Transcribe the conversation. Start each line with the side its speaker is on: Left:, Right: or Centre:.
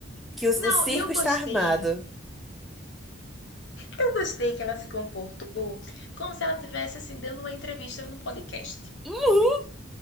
Centre: que o,
Left: Não,
Centre: o circo
Left: e eu
Centre: está
Left: gostei.
Centre: armado.
Left: Eu gostei que ela se comportou como se ela tivesse assim dando uma entrevista no podcast.
Centre: Uhum,